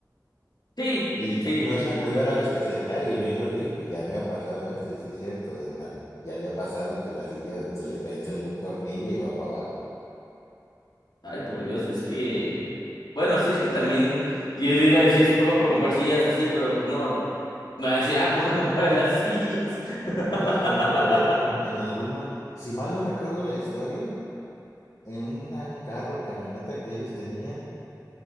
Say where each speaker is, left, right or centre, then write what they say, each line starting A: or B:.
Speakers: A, on the left; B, on the left.
A: Sí,
B: Y
A: sí,
B: no no
A: definitivamente.
B: es la primera vez que se cae, y bien lo dijo, ya me ha pasado esto, y sí es cierto, na- ya le ha pasado que la silla se le vence algún tornillo y va para abajo.
A: Ay, por Dios, es que. Bueno, sí, es que también. Yo iba a decir, es su culpa por comprar sillas así, pero pues no. Me va a decir, ah, pues dame para las sillas. <laughs>
B: No las compró él, en alguno, si mal no recuerdo la historia, en una- un carro, camioneta que ellos tenían,